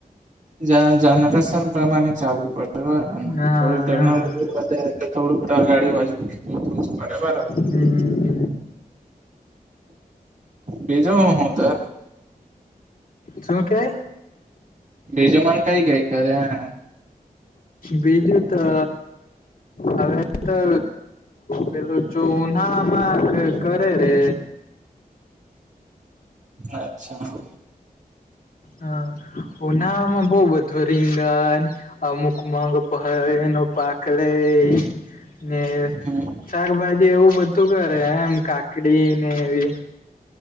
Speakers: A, on the right; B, on the left.
A: જન જનરેશન પ્રમાણે ચાલવુ પડે.
B: હા
A: થોડી ટેકનોલોજી
B: હા
A: પણ લે થોડુંક <unintelligible> <unintelligible> બરાબર. <inaudible>
B: હમ
A: બીજું હુ હું તે.
B: શું કેય?
A: બીજું મન કઈ કઈ કરે <unintelligible>
B: બીજું તો હવે તો પેલું ચૂના માગ કરે રે.
A: અચ્છા.
B: હ, ઉનામાં બહુ બધું રીંગણ અમુક મગ <unintelligible> એનો પાક લેય. ને
A: હમ
B: શાકભાજી એવું બધું કરે એમ કાકડી ને એવી